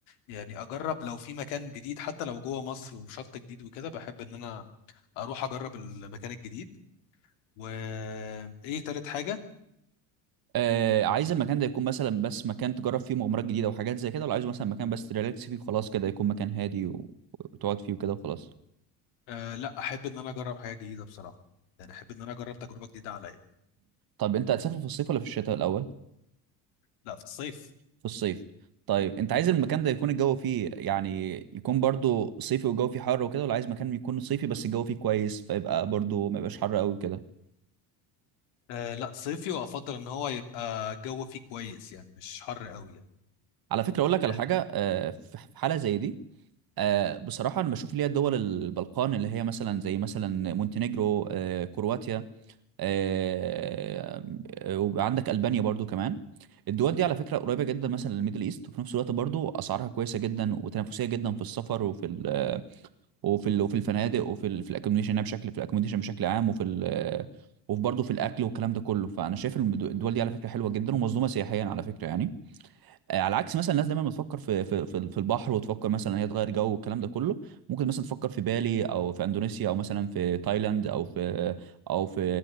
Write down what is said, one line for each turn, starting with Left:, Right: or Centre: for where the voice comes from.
Left: يعني أجرب لو في مكان جديد حتى لو جوه مصر وشط جديد وكده بحب إن أنا أروح أجرب المكان الجديد وإيه تالت حاجة
Right: آه عايز المكان ده يكون مثلا بس مكان تجرب فيه مغامرات جديدة وحاجات زي كده ولا عايزه مثلا مكان بس تريلاكس فيه وخلاص كده يكون مكان هادي و- وتقعد فيه وكده وخلاص
Left: أه لا أحب إن أنا أجرب حاجة جديدة بصراحة يعني أحب إن أنا أجرب تجربة جديدة عليا
Right: طب انت هتسافر في الصيف ولا في الشتاء الأول
Left: لا في الصيف
Right: في الصيف طيب انت عايز المكان ده يكون الجو فيه يعني يكون برضو صيفي والجو فيه حر وكده ولا عايز مكان يكون صيفي بس الجو فيه كويس فيبقى برضو ما يبقاش حر قوي وكده
Left: أه لا صيفي وأفضل إن هو يبقى الجو فيه كويس يعني مش حر قوي يعني
Right: على فكرة اقول لك على
Left: يعني
Right: حاجة آه، في في حالة زي دي آه، بصراحة أنا بشوف اللي هي دول البلقان اللي هي مثلا زي مثلا مونتينيجرو آه، كرواتيا آه، آه، وعندك ألبانيا برضو كمان الدول دي على فكرة قريبة جدا مثلا للميدل ايست وفي نفس الوقت برضو اسعارها كويسة جدا وتنافسية جدا في السفر وفي ال وفي ال وفي الفنادق وفي ال في الاكوموديشن بشكل في الاكوموديشن بشكل عام وفي ال وفي برضه في الاكل والكلام ده كله فانا شايف المد- الدول دي على فكرة حلوة جدا ومظلومة سياحيا على فكرة يعني آه، على عكس مثلا الناس دايما بتفكر في في في في البحر وتفكر مثلا هي تغير جو والكلام ده كله ممكن مثلا تفكر في بالي او في اندونيسيا او مثلا في تايلاند او في او في